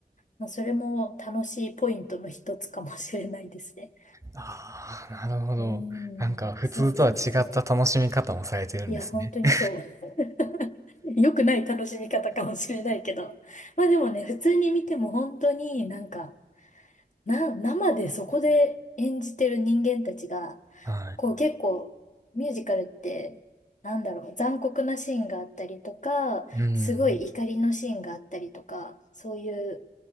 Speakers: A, on the left; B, on the right.
A: まあ、それも楽しいポイントの一つかもしれないですね。
B: ああ、なるほど。
A: うーん、
B: なんか、普通とは違った楽しみ方もされてるんですね。
A: そうそうそう。いや、本当にそう。
B: <laughs>
A: 良くない楽しみ方かもしれないけど。まあでもね、普通に見ても本当になんか、な、生でそこで演じてる人間たちが、
B: は
A: こう結構ミュージカルって、なんだろう、残酷なシーンがあったりとか、
B: い。うん。
A: すごい怒りのシーンがあったりとか、そういう、